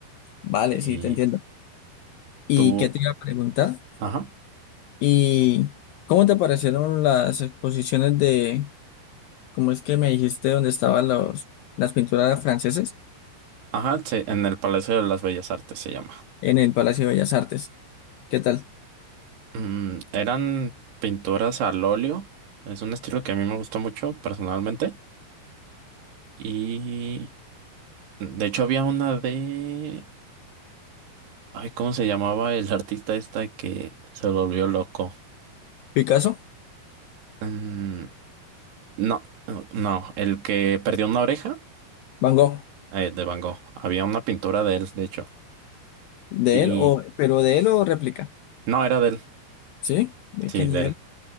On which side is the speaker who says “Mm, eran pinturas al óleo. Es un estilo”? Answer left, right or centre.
Right